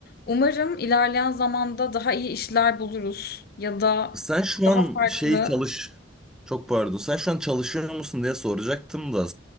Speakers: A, on the left; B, in the centre.
A: umarım ilerleyen zamanda daha iyi işler buluruz ya da
B: Sen şu
A: daha
B: an
A: farklı.
B: şey çalış. Çok pardon. Sen şu an çalışıyor musun diye soracaktım da.